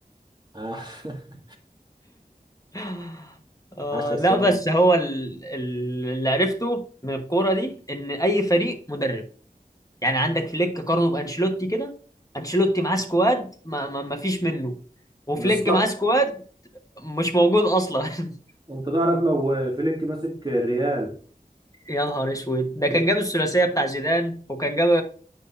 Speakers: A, on the right; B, on the left.
A: ع- <laughs>
B: <laughs> آه
A: عشر سنين
B: لا بس هو ال- ال- اللي عرفته من الكوره دي ان اي فريق مدرب يعني عندك فليك قارنه بانشيلوتي كده انشيلوتي معاه سكواد ما, ما, ما فيش منه وفليك
A: بالظبط
B: معاه سكواد مش موجود اصلا <laughs>
A: انت تعرف لو فليك ماسك الريال
B: يا نهار اسود ده
A: الريال
B: كان جاب الثلاثيه بتاع زيدان وكان جاب